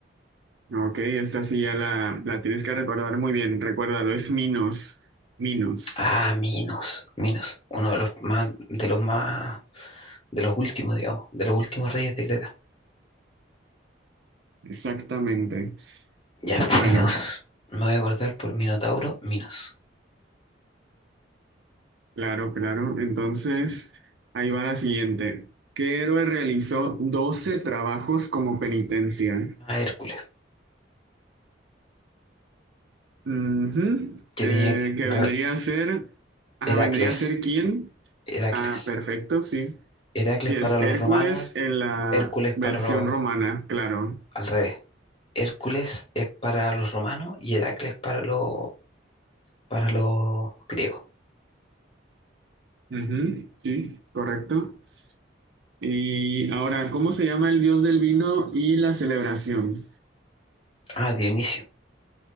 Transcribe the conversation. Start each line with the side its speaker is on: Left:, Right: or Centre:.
Right: Ok, esta sí ya la, la tienes que recordar muy bien. Recuérdalo, es Minos. Minos.
Left: Ah, Minos, Minos, uno de los más, de los más, de los últimos, digamos, de los últimos reyes de Creta.
Right: Exactamente.
Left: Ya,
Right: Bueno.
Left: Minos. Me voy a acordar por Minotauro, Minos.
Right: Claro, claro. Entonces, ahí va la siguiente. ¿Qué héroe realizó 12 trabajos como penitencia?
Left: Ah, Hércules,
Right: Ujú.
Left: que
Right: Eh,
Left: tenía que,
Right: que
Left: Ra-
Right: vendría a ser, ah,
Left: Heracles,
Right: vendría a ser quién?
Left: Heracles.
Right: Ah, perfecto, sí.
Left: Heracles
Right: Sí,
Left: para
Right: es
Left: los
Right: Hércules
Left: romanos,
Right: en la
Left: Hércules para
Right: versión
Left: los,
Right: romana, claro.
Left: al revés. Hércules es para los romanos y Heracles para los, para los griegos.
Right: Ujú, Sí, correcto. Y ahora, ¿cómo se llama el dios del vino y la celebración?
Left: Ah, Dionisio.